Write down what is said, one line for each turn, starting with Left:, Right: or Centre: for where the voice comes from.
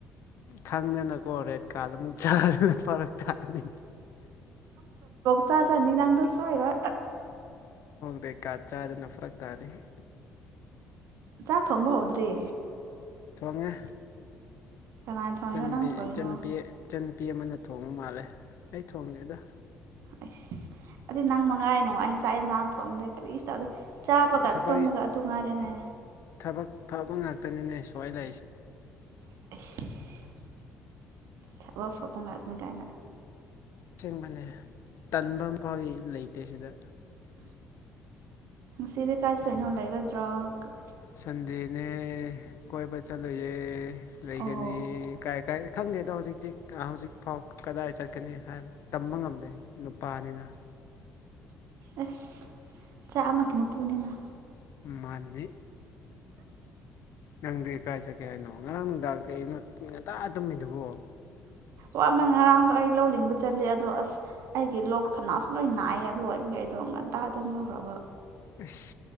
Left: ꯈꯪꯗꯅꯀꯣ ꯔꯦꯠ ꯀꯥꯔꯗ ꯑꯃꯨꯛ ꯆꯥꯗꯅ ꯐꯔꯛꯀꯅꯤ
Right: ꯆꯥꯖꯥꯅꯤꯅꯥꯗꯁ ꯍꯔ
Left: ꯕꯦꯛꯀꯥ ꯆꯥꯗꯅ ꯐꯔꯛ ꯇꯥꯅꯤ
Right: ꯆꯥꯛ ꯊꯣꯡꯕ ꯍꯧꯗ꯭ꯔꯤ
Left: ꯉꯦ
Right: ꯀꯅꯥꯅ ꯊꯣꯡꯉꯤꯅꯣ
Left: ꯏꯨꯄꯤ
Right: ꯅꯪ ꯊꯣꯡꯉꯤꯔꯣ
Left: ꯏꯆꯟꯅꯨꯄꯤ ꯏꯆꯟꯅꯨꯄꯤ ꯑꯃꯅ ꯊꯣꯡꯕ ꯃꯥꯜꯂꯦ ꯑꯩ ꯊꯣꯡꯗ꯭ꯦꯗ
Right: ꯑꯁ ꯑꯗꯨꯗꯤ ꯅꯪ ꯃꯉꯥꯔꯤ ꯅꯨꯡꯉꯥꯏ ꯆꯥꯛ ꯌꯦꯟꯖꯥꯡ ꯊꯣꯛꯑꯝꯗꯦ ꯀꯔꯤꯁꯨ ꯇꯗꯦ ꯆꯥꯕꯒ
Left: ꯊꯕꯛ
Right: ꯇꯨꯝꯃꯒ ꯑꯗꯨ ꯉꯥꯏꯔꯦꯅꯦ
Left: ꯊꯕꯛ ꯐꯕ ꯉꯥꯛꯇꯅꯤꯅꯦ ꯁꯣꯏ ꯂꯩꯔꯤꯁꯦ
Right: <unintelligible> ꯈ ꯋꯥ ꯐꯕꯉꯥꯏꯄ ꯀꯥꯏꯅ
Left: ꯆꯦꯡꯕꯅꯦ ꯇꯟꯕ ꯑꯃ ꯐꯥꯎꯗꯤ ꯂꯩꯇꯦ ꯁꯤꯗ
Right: ꯁꯤꯗꯤ ꯀꯖ ꯂꯩꯅ ꯍꯂꯒ ꯗ꯭ꯔꯒ
Left: ꯁꯟꯗꯦꯅꯦ ꯀꯣꯏꯕ ꯆꯠꯂꯨꯌꯦ ꯂꯩꯒꯅꯤ
Right: ꯑꯣ
Left: ꯀꯥꯏ ꯀꯥꯏ ꯈꯪꯗꯦꯗꯣ ꯍꯧꯖꯤꯛꯇꯤ ꯍꯧꯖꯤꯛꯐꯥꯎ ꯀꯗꯥꯏ ꯆꯠꯀꯅꯤ ꯍꯥꯏꯕ ꯇꯝꯕ ꯉꯝꯗꯦ ꯅꯨꯄꯥꯅꯤꯅ
Right: ꯑꯦꯁ ꯆꯥꯛ ꯑꯃꯃꯀꯤꯃ ꯄꯣꯟꯅ
Left: ꯃꯥꯜꯂꯤ ꯅꯪꯗꯤ ꯀꯥꯏ ꯆꯠꯀꯦ ꯍꯥꯏꯅꯣ ꯉꯔꯥꯡ ꯅꯨꯡꯗꯥꯡ ꯀꯒꯤꯅꯣ ꯉꯇ ꯇꯨꯝꯃꯤꯗꯨꯕꯣ
Right: ꯋꯥꯃꯟ ꯉꯔꯥꯡꯗꯣ ꯑꯩ ꯂꯧ ꯂꯤꯡꯕ ꯆꯠꯂꯤꯦ ꯑꯗꯣ ꯑꯁ ꯑꯩꯒꯤ ꯂꯣꯛ ꯈꯅꯥꯎꯁꯨ ꯂꯣꯏ ꯅꯥꯏ ꯑꯗꯨ ꯑꯣꯏꯕꯒꯤ ꯑꯩꯗꯣ ꯉꯟꯇꯥ ꯑꯗꯨꯝ ꯐꯈ꯭ꯔꯕ
Left: ꯑꯁ